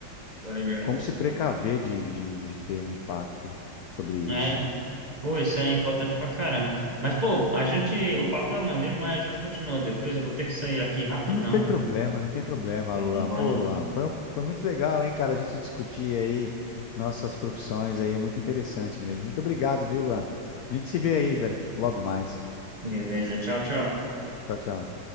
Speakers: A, on the right; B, on the left.
A: tá ligado?
B: Como se precaver de, de, de ter um impacto sobre isso?
A: É. Pô, isso é importante pra caramba. Mas, pô, a gente. O papo é maneiro, mas a gente continua depois. Eu vou ter que sair aqui rapidão.
B: Não tem problema,
A: Vou
B: não tem problema,
A: tomar
B: Luan.
A: um banho.
B: Pô, Luan, foi, um- foi muito legal, hein, cara, a gente discutir aí nossas profissões aí, é muito interessante mesmo. Muito obrigado, viu, Luan? A gente se vê aí da- logo mais.
A: Beleza, tchau, tchau.
B: Tchau, tchau.